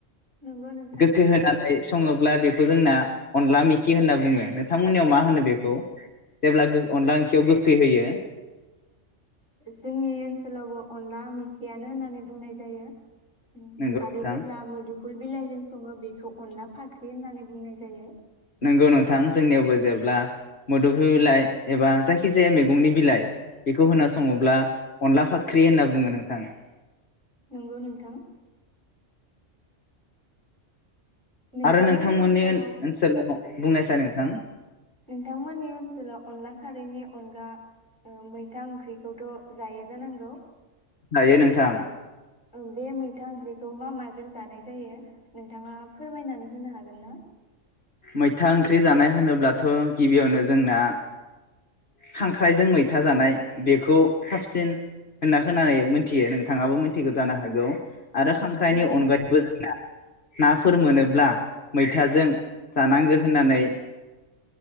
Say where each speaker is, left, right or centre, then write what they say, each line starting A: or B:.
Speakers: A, on the left; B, on the left.
A: नंगौ नोंथां
B: गोखै होनानै सङोब्ला बेखौ जोंना अनला मिखि होन्ना बुङो। नोंथांमोननियाव मा होनो बेखौ जेब्ला अनला ओंखियाव गोखै होयो?
A: जोंनि ओन्सोलावबो अनला मिखियानो होन्नानै बुंनाय जायो। उम
B: नंगौ
A: आरो
B: नोंथां
A: जेब्ला मोदुफुल बिलाइजों सङो बेखौ अनला फाख्रि होन्नानै बुंनाय जायो।
B: नोंगौ नोंथां जोंनियावबो जेब्ला मोदोफुल बिलाइ एबा जायखिजाया मैगंनि बिलाइ बेखौ होना सङोब्ला अनला फाख्रि होन्ना बुङो नोंथां।
A: नोगौ नोंथां। नोंथांमोननि
B: आरो
A: ओन्सोलाव,
B: ओनसोलाव बुंनायसाय नोंथां
A: नोंथांमोननि ओन्सोलाव अनला खारैनि अनगा ओ मैथा ओंख्रिखौथ जायो जानांगौ।
B: जायो नोंथां।
A: ओ बे मैथा ओंख्रिखौ मा माजों जानाय जायो? नोंथाङा फोरमायनानै होनो हागोन गोन्ना?
B: मैथा ओंख्रि जानाय होनोब्लाथ गिबियावनो जोंना खांख्राइजों मैथा जानाय बेखौ साबसिन होन्ना खोनानाय मोन्थियो नोंथाङाबो मिथिगौ जानो हागौ। आरो खांख्रायनि
A: नंगौ
B: अनगायैबो
A: नोंथां।
B: जोंना नाफोर मोनोब्ला मैथाजों जानांगो होन्नानै